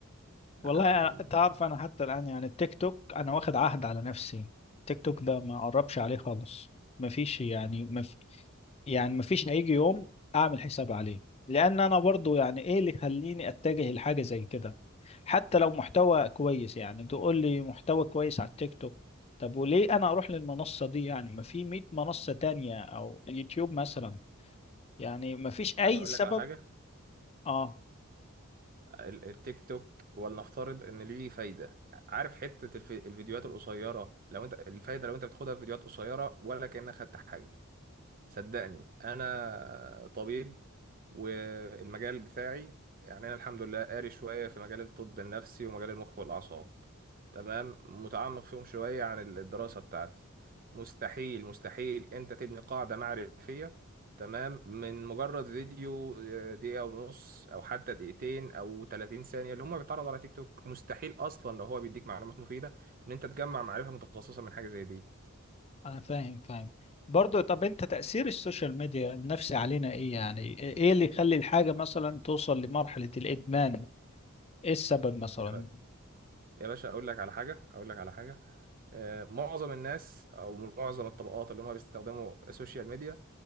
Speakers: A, on the left (about 30°); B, on the right (about 40°).
A: والله
B: أم،
A: أنا- تعرف انا حتى الان يعني التيك توك انا واخد عهد على نفسي التيك توك ده ما اقربش عليه خالص ما فيش يعني يعني مفيش هيجي يوم اعمل حساب عليه لان انا برضو يعني ايه اللي يخليني اتجه لحاجه زي كده حتى لو محتوى كويس يعني تقول لي محتوى كويس على التيك توك طب وليه انا اروح للمنصه دي يعني ما في 100 منصه تانية او يوتيوب مثلا يعني ما فيش اي
B: انا بقول
A: سبب
B: لك على حاجه
A: اه
B: ال- التيك توك ولنفترض ان ليه فايده عارف حته الف... الفيديوهات القصيره لو انت الفايده لو انت بتاخدها في فيديوهات قصيره ولا كأنك خدت حاجه صدقني انا طبيب والمجال بتاعي يعني انا الحمد لله قاري شويه في مجال الطب النفسي ومجال المخ والاعصاب تمام متعمق فيهم شويه عن الدراسه بتاعتي مستحيل مستحيل انت تبني قاعده معرفيه تمام من مجرد فيديو آه، دقيقه ونص او حتى دقيقتين او 30 ثانيه اللي هم بيتعرضوا على تيك توك مستحيل اصلا لو هو بيديك معلومات مفيده ان انت تجمع معرفه متخصصه من حاجه زي دي
A: انا فاهم فاهم برضو طب انت تاثير السوشيال ميديا النفسي علينا ايه يعني ايه اللي يخلي الحاجه مثلا توصل لمرحله الادمان ايه السبب مثلا
B: دي يا باشا اقول لك على حاجه اقول لك على حاجه آه، معظم الناس او معظم الطبقات اللي هم بيستخدموا السوشيال ميديا